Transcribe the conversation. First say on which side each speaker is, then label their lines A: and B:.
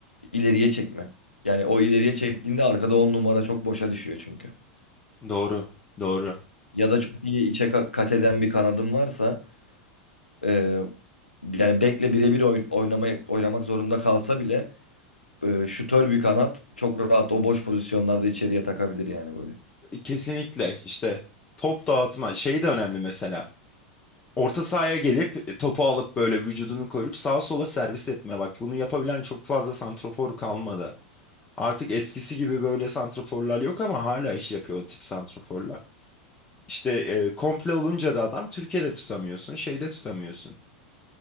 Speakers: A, on the left; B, on the left.
A: ileriye çekme. Yani o ileriye çektiğinde arkada 10 numara çok boşa düşüyor çünkü.
B: Doğru. Doğru.
A: Ya da çok iyi içe ka- kat eden bir kanadın varsa e, yani bekle birebir oyn- oynamaya oynamak zorunda kalsa bile e, şutör bir kanat çok rahat o boş pozisyonlarda içeriye takabilir yani böyle.
B: Kesinlikle işte top dağıtma şey de önemli mesela. Orta sahaya gelip e, topu alıp böyle vücudunu koyup sağa sola servis etme. Bak bunu yapabilen çok fazla santrafor kalmadı. Artık eskisi gibi böyle santraforlar yok ama hala iş yapıyor o tip santraforlar. İşte e, komple olunca da adam Türkiye'de tutamıyorsun, şeyde tutamıyorsun.